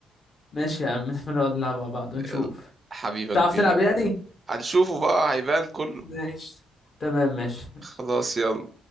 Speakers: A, on the left; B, on the right.
A: ماشي يا عم <laughs> نبقى نقعد نلعب مع بعض ونشوف
B: يلا، حبيبك
A: تعرف
B: بيري
A: تلعب يعني
B: هنشوفه بقى هيبان كله
A: ماشي تمام ماشي ماشي
B: خلاص يلا